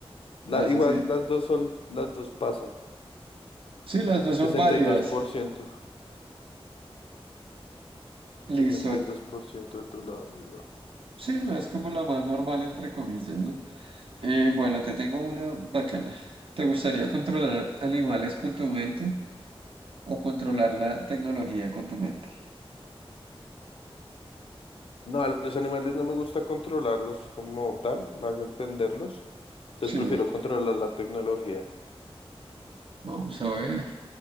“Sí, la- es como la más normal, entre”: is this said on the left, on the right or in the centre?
Right